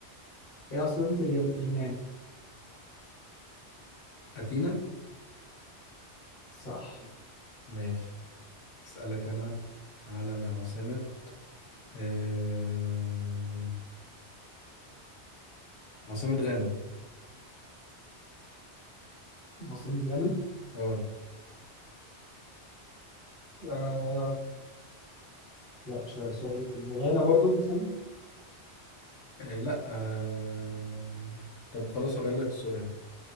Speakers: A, on the left; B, on the left.
A: هي عاصمة اليم- اليونان
B: اتينا
A: صح
B: ماشي اسالك انا على عاصمه آه عاصمه غانا
A: عاصمة اليونان
B: اه
A: آه، لا مش عارف سؤال الغانا برضو بس أنا
B: آه، لا آه طب خلاص هغير لك السؤال